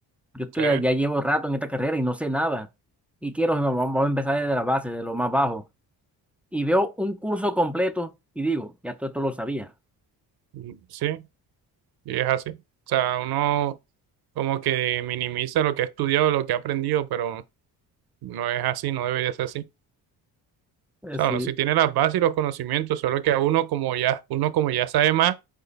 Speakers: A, in the centre; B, on the right.
A: Yo estoy
B: Sí,
A: a- ya llevo rato en esta carrera y no sé nada. Y quiero, vamos, vamos a empezar desde la base, de lo más bajo. Y veo un curso completo y digo, ya todo esto lo sabía.
B: mm, sí, y es así. O sea, uno como que minimiza lo que ha estudiado, lo que ha aprendido, pero no es así, no debería ser así.
A: Es
B: O sea,
A: decir,
B: uno sí tiene las bases y los conocimientos, solo que a uno como ya, uno como ya sabe más,